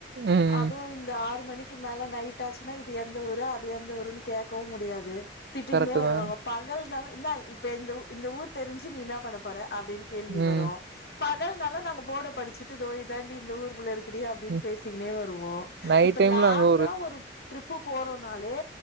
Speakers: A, on the right; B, on the left.
A: ம்
B: அதுவும் இந்த ஆறு மணிக்கு மேல நைட் ஆச்சுன்னா இது எந்த ஊரு அது எந்த ஊருன்னு கேட்கவும் முடியாது. திட்டிக்கனே
A: கரெக்ட்டு
B: வருவாங்க
A: தா
B: பா எதுனாலும் என்ன இப்ப இந்த இந்த ஊர் தெரிஞ்சு நீ என்ன பண்ண போற. அப்படின்னு கேள்வி
A: ம்
B: வரும் பகல்னால நாங்க போட படிச்சுட்டு இதோ இதாண்டி இந்த ஊர்புள்ள இருக்கு இப்படியா அப்படின்னு
A: ம்
B: பேசிட்டே வருவோம்
A: நைட்
B: இப்ப
A: டைம்ல
B: லாங்கா
A: அங்க
B: ஒரு ட்ரிப் உப்பு போறோம்னாலே